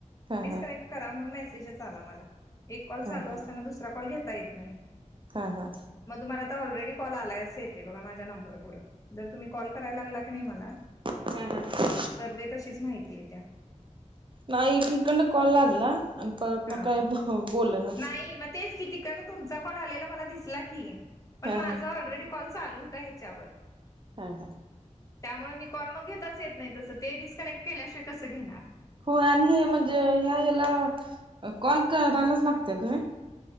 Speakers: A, on the right; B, on the left.
A: हा
B: डिस्कनेक्ट
A: हा
B: करा म्हणून मेसेज आला मला. एक कॉल
A: हा
B: चालू
A: हा
B: असताना दुसरा कॉल घेता येत नाही.
A: हा हा.
B: मग तुम्हाला आता ऑलरेडी कॉल आलायच येते बघा माझ्या नंबर पुढं. जर तुम्ही कॉल करायला लागला की नी मला.
A: <inaudible>
B: तर ते तशीच माहिती आहे त्यात.
A: नाही एकीकडन कॉल लागला आणि परत
B: हा
A: ना काय बोलना.
B: नाही मग तेच कि तिकडन तुमचा कॉल आलेला मला दिसला की पण
A: हा
B: माझ
A: हा
B: ऑलरेडी. कॉल चालू होता ह्याच्यावर.
A: हा हा.
B: त्यामुळे मी कॉल मग घेताच येत नाही तसं ते डिस्कनेक्ट केल्याशिवाय कसं घेणार.
A: हो आणि हे म्हणजे ह्या हेला कॉल करायलाच लागत्यात होय.